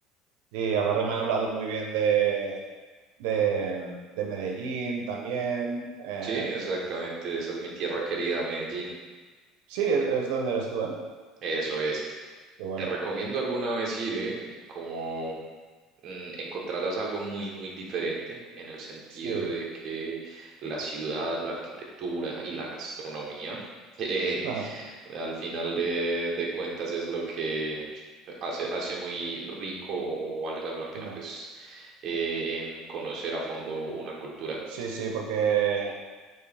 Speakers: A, on the right (about 90°); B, on the right (about 35°).
A: Sí, aparte me han hablado muy bien de, de, de Medellín también. eh,
B: Sí, exactamente. Esa es mi tierra querida, Medellín.
A: sí, es, es donde eres tú, ¿eh?
B: Eso es.
A: Qué bueno.
B: Te recomiendo alguna vez ir, ¿eh? Como mm, encontrarás algo muy, muy diferente en el sentido
A: Sí,
B: de que la ciudad, la arquitectura y la gastronomía, <laughs> eh,
A: ajá,
B: al final de, de cuentas es lo que hace, hace muy rico o valga la pena,
A: ya.
B: pues, eh, conocer a fondo una cultura.
A: Sí, sí, porque